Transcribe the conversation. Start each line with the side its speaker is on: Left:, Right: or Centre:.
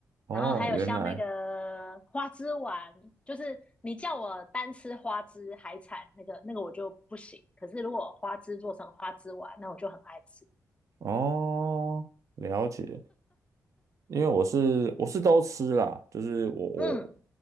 Right: 哦，
Left: 然后还有像那个花枝丸，
Right: 原来
Left: 就是你叫我单吃花枝海产那个那个我就不行，可是如果花枝做成花枝丸，那我就很爱吃。
Right: 哦，了解。因为我是我是都吃啦，就是我我
Left: 嗯